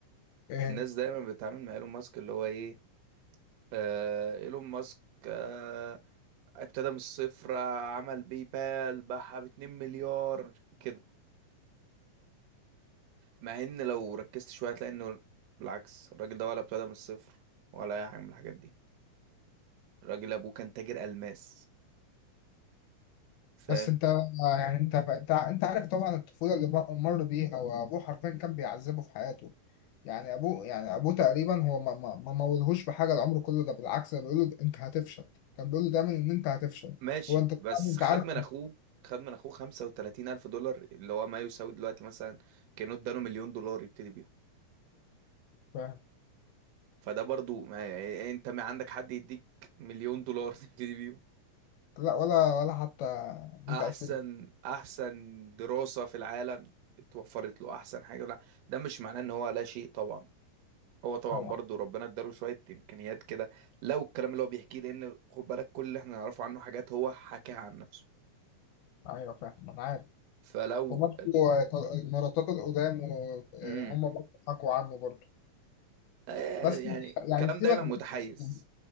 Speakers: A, on the left; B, on the right.
A: إيه
B: الناس دايما بتتعامل مع ايلون ماسك اللي هو ايه آه ايلون ماسك آه ابتدى من الصفر آه، عمل باي بال باعها ب 2 مليار كده مع ان لو ركزت شويه هتلاقي انه بالعكس الراجل ده ولا ابتدى من الصفر ولا اي حاجه من الحاجات دي الراجل ابوه كان تاجر الماس فاهم
A: بس انت يعني انت انت انت عارف طبعا الطفوله اللي مر مر بيها وابوه حرفيا كان بيعذبه في حياته يعني ابوه يعني ابوه تقريبا هو ما ما ما مولهوش بحاجه العمر كله ده بالعكس ده بيقول له انت هتفشل كان بيقول له دايما ان انت هتفشل
B: ماشي
A: هو انت طبعاً
B: بس
A: انت
B: خد
A: عارف
B: من اخوه خد من اخوه 35 الف دولار اللي هو ما يساوي دلوقتي مثلا كانوا اداله مليون دولار يبتدي بيهم
A: فاهم
B: فده برضو ما يعني إيه، انت ما عندك حد يديك مليون دولار <laughs> تبتدي بيهم
A: لا ولا ولا حتى 100000
B: احسن
A: جنيه
B: احسن دراسة في العالم اتوفرت له احسن حاجة لا ده مش معناه ان هو لا شيء طبعا هو طبعا
A: طبعا
B: برضو ربنا اداله شوية امكانيات كده لو الكلام اللي هو بيحكيه لان خد بالك كل اللي احنا نعرفه عنه حاجات هو حكاها عن نفسه
A: ايوه فاهم انا عارف
B: فلو
A: وبرضه مراتات القدام وهم
B: امم
A: برضه حكوا عنه برضه
B: آه،
A: بس
B: يعني
A: يعني
B: الكلام
A: سيبك
B: دايما
A: بس
B: متحيز
A: يعني